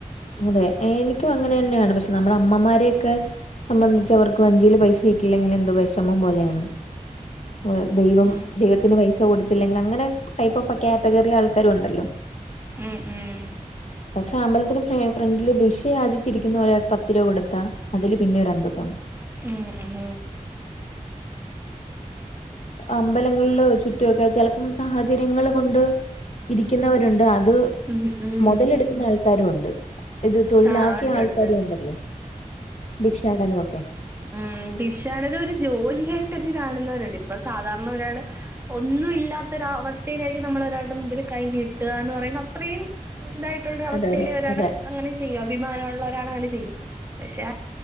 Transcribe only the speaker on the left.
അതെ എനിക്കും അങ്ങനെ തന്നെയാണ് പക്ഷെ നമ്മുടെ അമ്മമാരെയൊക്കെ സംബന്ധിച്ച് അവർക്ക് വഞ്ചിയില് വൈ ഷീറ്റിൽ ഇങ്ങനെ എന്തോ വിഷമം പോലെയാണ് ഭ ദൈവം
ദൈവത്തിന് വൈ കൊടുത്തില്ലെങ്കിൽ അങ്ങനെ ടൈപ്പ് ഓഫ് കാറ്റഗറി ആൾക്കാരു ഉണ്ടല്ലോ
പക്ഷെ അമ്പലത്തിന് ഫ്ര ഫ്രണ്ടില് ഭിഷ യാചിച്ചിരിക്കുന്ന ഒരാൾക്ക് പത്ത് രൂപ കൊടുത്താ അതില് പിന്നെ ഒരു അന്തസുണ്ട്
അമ്പലങ്ങളിൽ ചുറ്റുമൊക്കെ ചെലപ്പം സാഹചര്യങ്ങൾ കൊണ്ട് ഇരിക്കുന്നവരുണ്ട് അത്
മുതലെടുക്കുന്ന ആൾക്കാരും ഉണ്ട് ഇത് തൊഴിലാക്കിയ
ആൾക്കാരും
ഉണ്ടല്ലോ ഭിക്ഷാടനം ഒക്കെ
അതെ അതെ
അതെ